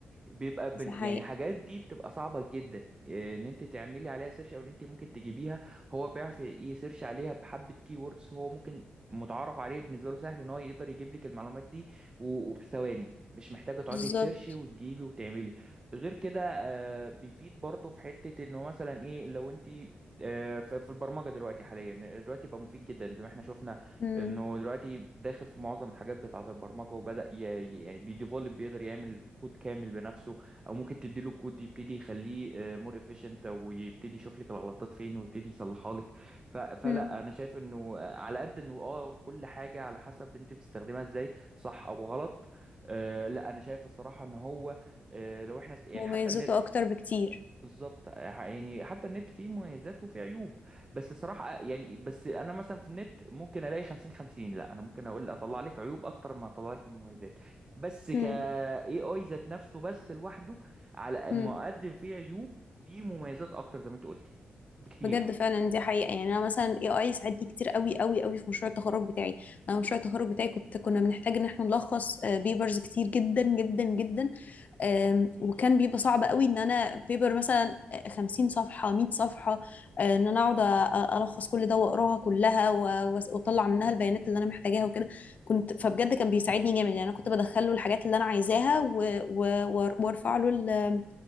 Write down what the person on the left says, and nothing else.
دي حقيقه
بالظبط
امم
امم
مميزاته
اكتر بكتير
امم
مم.
بجد فعلا دي حقيقة يعني أنا مثلا ال AI ساعدني كتير قوي قوي قوي في مشروع التخرج بتاعي أنا مشروع التخرج بتاعي كنت كنا بنحتاج إن احنا نلخص بيبرز كتير جدا جدا جدا آم، وكان بيبقى صعب قوي إن أنا بيبر مثلا آه، 50 صفحة 100 صفحة آه، إن أنا أقعد أ- أ- ألخص كل ده وأقراها كلها و- وأس- وأطلع منها البيانات اللي أنا محتاجاها وكده كنت فبجد كان بيساعدني جامد يعني أنا كنت بدخله الحاجات اللي أنا عايزاها و- و- وأر- وأرفع له ال-